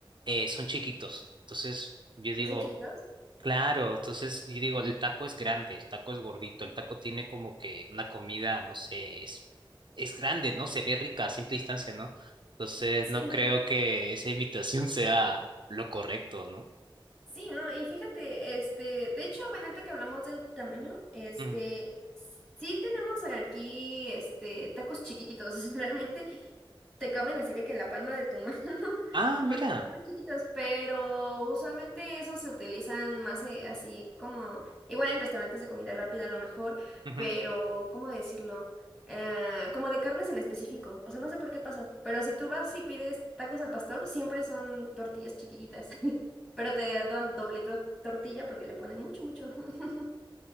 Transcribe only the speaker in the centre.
¿Dicen chiquitos?
Sí,
sí.
Sí, no, y fíjate, este, de hecho, bueno, ahorita que hablamos del tamaño, este,
sí tenemos aquí, este, tacos chiquititos, <laughs> realmente te caben así de que en la palma de tu mano, <laughs>
porque son muy chiquitos, pero usualmente esos se utilizan más eh, así como, igual en restaurantes de comida rápida a lo mejor,
pero, ¿cómo decirlo? Eh, como de carnes en específico, o sea, no sé por qué pasa, pero si tú vas y pides tacos al pastor, siempre son tortillas chiquititas. <laughs> Pero te dan doble to- tortilla porque le ponen mucho, mucho. <laughs>